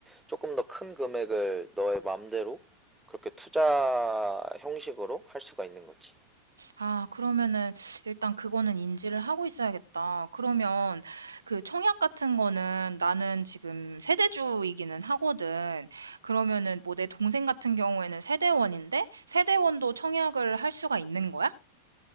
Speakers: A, in the centre; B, on the right (about 75°).
A: 조금 더 큰 금액을 너의 마음대로 그렇게 투자 형식으로 할 수가 있는 거지.
B: 아, 그러면은 일단 그거는 인지를 하고 있어야겠다. 그러면 그 청약 같은 거는 나는 지금 세대주이기는 하거든. 그러면은 뭐 내 동생 같은 경우에는 세대원인데 세대원도 청약을 할 수가 있는 거야?